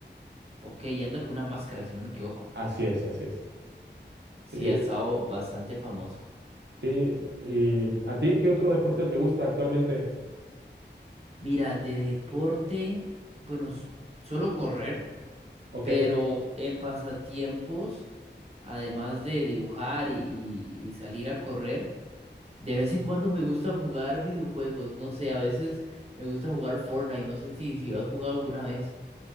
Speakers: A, on the right; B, on the right.
A: Ok, y anda con una máscara, si no me equivoco.
B: Así es, así es.
A: Sí,
B: Sí,
A: ha estado bastante famoso.
B: sí. ¿Y a ti qué otro deporte te gusta actualmente?
A: Mira, de deporte, bueno, s- solo correr,
B: Ok.
A: pero en pasatiempos, además de dibujar y, y- y salir a correr, de vez en cuando me gusta jugar videojuegos. No sé, a veces me gusta jugar Fortnite, no sé si, si lo has jugado alguna vez.